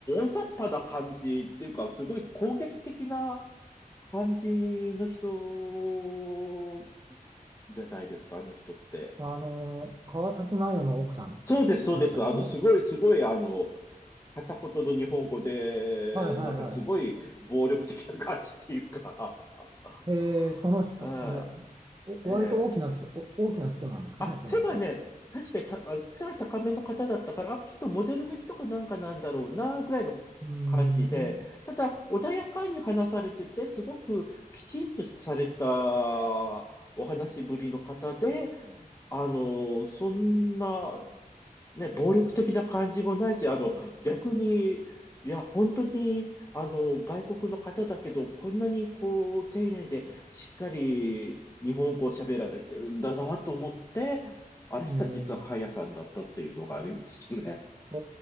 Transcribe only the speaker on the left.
雑把な感じっていうか、すごい攻撃的な感じの人じゃないですか、あの人って。
そうです、そうです。
あの、すごい、すごい、あの、片言の日本語で、
なんかすごい暴力的な感じっていうか、
<laughs>
うん
ええ
あ、背がね、
確かにた、背が高めの方だったから、あ、きっとモデルの人かなんかなんだろうな、ぐらいの感じで、
ただ、穏やかに話されてて、すごくきちんとされたお話しぶりの方で、あの、そんな、ね、暴力的な感じもないし、あの、逆に、いや、本当に、あの、外国の方だけど、こんなにこう、丁寧でしっかり日本語を喋られてるんだなと思って、あれした実はカンヤさんだったっていうのがありましたね。